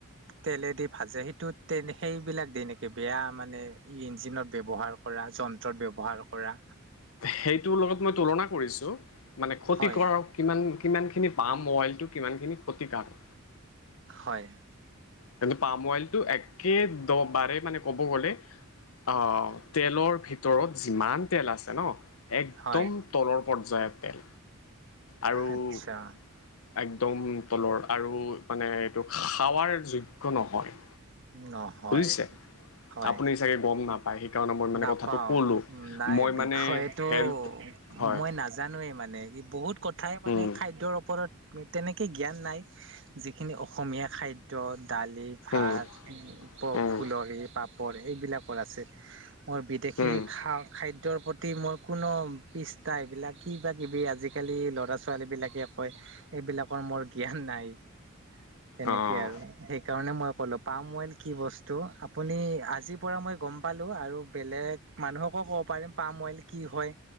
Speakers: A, on the right; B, on the left.
A: তেলেদি ভাজে, সেইটো তেল সেইবিলাক দে নেকি বেয়া মানে ইঞ্জিনত। ব্যৱহাৰ কৰা যন্ত্ৰত ব্যৱহাৰ কৰা।
B: সেইটোৰ লগত মই তুলনা কৰিছোঁ মানে ক্ষতি
A: হয়
B: কৰ কিমান। কিমানখিনি পাম অইলটো কিমানখিনি ক্ষতিকাৰক।
A: হয়।
B: কিন্তু পাম অইলটো একে দ বাৰে মানে ক'ব গ'লে। অ', তেলৰ ভিতৰত যিমান তেল আছে ন'। একদম
A: হয়
B: তলৰ পৰ্যায়ৰ তেল। আৰু
A: আচ্ছা।
B: একদম তলৰ আৰু মানে এইটো খোৱাৰ যোগ্য নহয়।
A: নহয়
B: বুজিছে
A: হয়
B: আপুনি চাগে গম নাপায়। সেইকাৰণে মই মানে
A: নাপাওঁ
B: কথাটো ক'লোঁ
A: নাই
B: মই
A: বিষয়টো
B: মানে হেল্থ হয়
A: মই নাজানোৱেই মানে কি। বহুত কথাই মানে
B: উম
A: খাদ্যৰ ওপৰত। তেনেকে জ্ঞান নাই যিখিনি অসমীয়া খাদ্য দালি ভাত।
B: উম
A: বক
B: উম
A: ফুলৰ এই পাপৰ সেইবিলাকৰ আছে। মোৰ বিদেশী
B: উম
A: খা খাদ্যৰ প্ৰতি মোৰ কোনো পিষ্টা এইবিলাক কিবা কিবি আজিকালি। কালিৰ ল'ৰা-ছোৱালী বিলাকে কয় এইবিলাকৰ মোৰ জ্ঞান নাই। তেনেকে
B: অঁ
A: আৰু সেইকাৰণে মই কলো পাম অইল কি বস্তু আপুনি আজিৰ পৰা মই। গম পালো আৰু বেলেগ মানুহকো ক'ব পাৰিম পাম অইল কি হয়